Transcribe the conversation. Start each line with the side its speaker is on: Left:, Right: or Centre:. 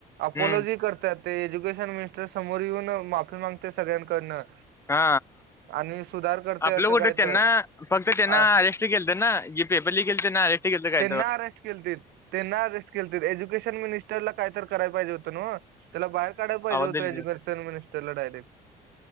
Right: अपोलोजी
Left: हम्म
Right: करत ते एज्युकेशन मिनिस्टर समोर येऊन माफी मागते सगळ्यांकडनं
Left: हा
Right: आणि सुधार करते
Left: आपलं
Right: असं
Left: कुठं
Right: काय
Left: त्यांना
Right: तर
Left: फक्त त्यांना
Right: अ
Left: अजस्ट केलं तर ना जीपे बली खेते ना आहे केलतं काय
Right: त्यांना अरेस्ट के त्यांना अरेस्ट के एज्युकेशन मिनट ला काही तर कराय पाहिजे होतं मग त्याला बाहेर काढायला पाहिजे
Left: आवाज
Right: होत
Left: दिली
Right: एज्युकेशन
Left: की
Right: मिनिस्टरला डायरेक्ट